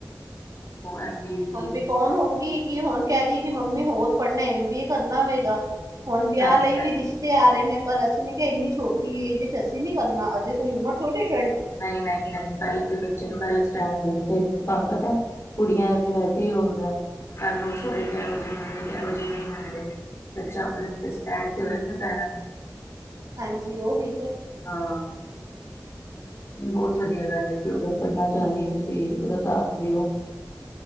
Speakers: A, on the left; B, on the right.
A: ਐਮ ਬੀ ਏ ਠੀਕ।
B: ਹੁਣ ਬੀ ਕੋਮ ਹੋ ਗਈ, ਕਿ ਹੁਣ ਕਹਿ ਰ ਕਿ ਮੰਮੀ, ਹੋਰ ਪੜ੍ਹਨਾ, ਐਮ ਬੀ ਏ ਕਰਨਾ ਹੋਵੇਗਾ! ਹੁਣ ਵਿਆਹ
A: ਹੈ। ਅੱਛਾ
B: ਲਈ ਵੀ ਰਿਸ਼ਤੇ ਆ ਰਹੇ ਨੇ, ਪਰ ਅਸੀਂ ਮੈਂ ਕਿਹਾ, ਇੰਨੀ ਛੋਟੀ ਏਜ ਚ ਅਸੀਂ ਨੀ ਕਰਨਾ! ਅਜੇ ਕੋਈ ਉਮਰ ਥੋੜੀ ਟ
A: ਨਹੀਂ, ਨਹੀਂ, ਨਹੀਂ! ਪਹਿਲੇ ਬੱਚੇ ਨੂੰ ਪਹਿਲੇ ਸਟੈਂਡ ਹੋਣ ਦੋ। ਫਿਰ ਤੁਹਾਨੂੰ ਪਤਾ ਕੁੜੀਆਂ ਤੇ ਵੈਸੇ ਹੀ ਹੁੰਦਾ। ਕੱਲ੍ਹ ਨੂੰ ਸੋਹਰੇ ਕਿਹੋ ਜਿਹੇ ਮਿਲਦੇ, ਕਿਹੋ ਜਿਹੇ ਨਹੀਂ ਮਿਲਦੇ। ਬੱਚਾ ਆਪਣੇ ਸਟੈਂਡ ਤੇ ਹੋਏ, ਆਪਣੇ ਪੈਰਾਂ ਤੇ।
B: ਹਾਂਜੀ ਓਹੀ ਤੇ।
A: ਹਾਂ। ਬੋਤ ਵਧੀਆ ਗੱਲ ਏ ਕਿ ਅਗਰ ਪੜ੍ਹਨਾ ਚਾਂਦੀ ਤੁਸੀ ਓਦਾ ਸਾਥ ਦਿਓ।